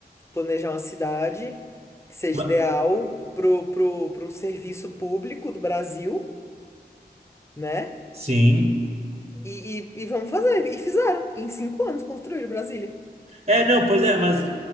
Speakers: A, on the left; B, on the right.
A: planejar uma cidade que seja
B: Ma-
A: ideal pro, pro, pro serviço público do Brasil, né?
B: Sim.
A: E, e, e vamos fazer. E fizeram. Em cinco anos construíram Brasília.
B: É, não, pois é, mas